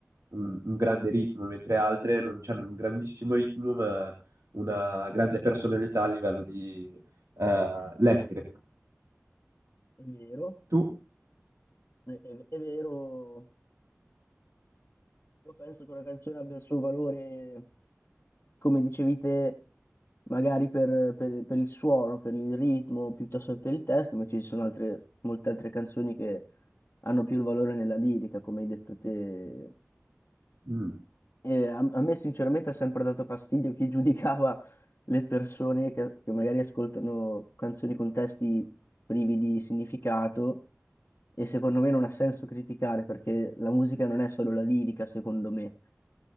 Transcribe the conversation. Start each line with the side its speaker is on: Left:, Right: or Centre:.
Right: un, un grande ritmo, mentre altre non hanno un grandissimo ritmo, ma una grande personalità a livello di eh, lettere.
Left: È vero,
Right: Tu?
Left: è, è- è vero. Io penso che una canzone abbia il suo valore come dicevi te, magari per, per- per il suono, per il ritmo, piuttosto che per il testo, invece ci sono altre, molte altre canzoni che hanno più il valore nella lirica, come hai detto te.
Right: mm,
Left: E a, a me sinceramente ha sempre dato fastidio chi giudicava le persone che, che magari ascoltano canzoni con testi privi di significato e secondo me non ha senso criticare perché la musica non è solo la lirica, secondo me,